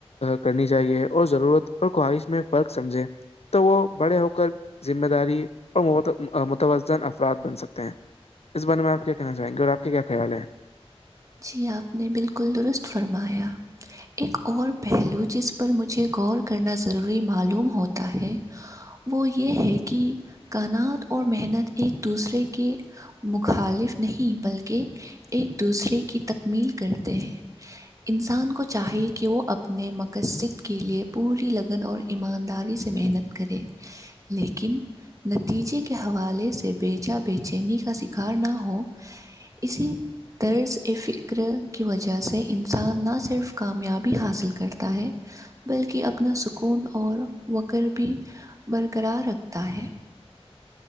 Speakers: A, on the left; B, on the right.
A: کرنی چاہیے اور ضرورت اور خواہش میں فرق سمجھیں تو وہ بڑے ہو کر ذمہ داری اور متوازن افراد بن سکتے ہیں اس بارے میں آپ کیا کہنا چاہیں گے اور آپ کا کیا خیال ہے
B: جی آپ نے بالکل درست فرمایا ایک اور پہلو جس پر مجھے غور کرنا ضروری معلوم ہوتا ہے وہ یہ ہے کہ کانات اور محنت ایک دوسرے کے مخالف نہیں بلکہ ایک دوسرے کی تکمیل کرتے ہیں انسان کو چاہیے کہ وہ اپنے مقصد کے لیئے پوری لگن اور ایمانداری سے محنت کرے لیکن نتیجے کے حوالے سے بےچا بےچینی کا شکار نہ ہو اسی طرز فکر کی وجہ سے انسان نہ صرف کامیابی حاصل کرتا ہے بلکہ اپنا سکون اور وکر بھی برقرار رکھتا ہے